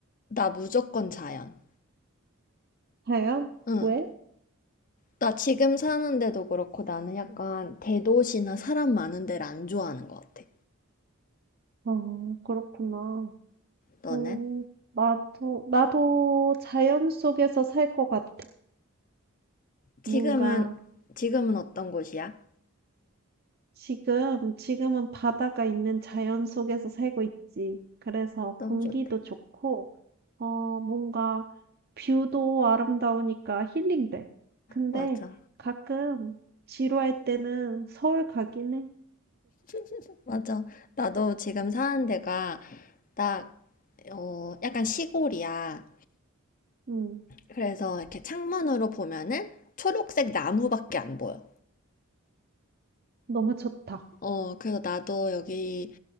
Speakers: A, on the left; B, on the right.
A: 나 무조건 자연.
B: 자연?
A: 응.
B: 왜?
A: 나 지금 사는데도 그렇고 나는 약간 대도시나 사람 많은 데를 안 좋아하는 것 같아.
B: 어, 그렇구나.
A: 너는?
B: 어, 나도, 나도 자연 속에서 살 것 같아.
A: 지금은,
B: 뭔가,
A: 지금은 어떤 곳이야?
B: 지금, 지금은 바다가 있는 자연 속에서 살고 있지. 그래서
A: 너무
B: 공기도
A: 좋대.
B: 좋고, 어, 뭔가, 뷰도 아름다우니까 힐링돼. 근데
A: 맞아.
B: 가끔 지루할 때는 서울 가긴 해.
A: <laughs> 맞아. 나도 지금 사는 데가 나, 어, 약간 시골이야.
B: 음,
A: 그래서 이렇게 창문으로 보면은 초록색 나무밖에 안 보여.
B: 너무 좋다.
A: 어, 그래서 나도 여기